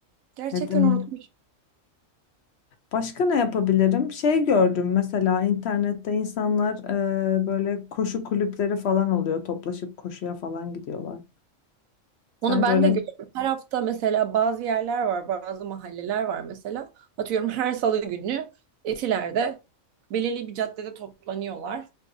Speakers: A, on the right; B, on the left.
A: Gerçekten
B: Ne mi?
A: unutmuşum.
B: Başka ne yapabilirim? Şey gördüm mesela internette insanlar e, böyle koşu kulüpleri falan oluyor. Toplaşıp koşuya falan gidiyorlar. Sence
A: Onu ben
B: öyle?
A: de görüyorum. Her hafta mesela bazı yerler var, bazı mahalleler var mesela. Atıyorum her salı günü Etiler'de belirli bir caddede toplanıyorlar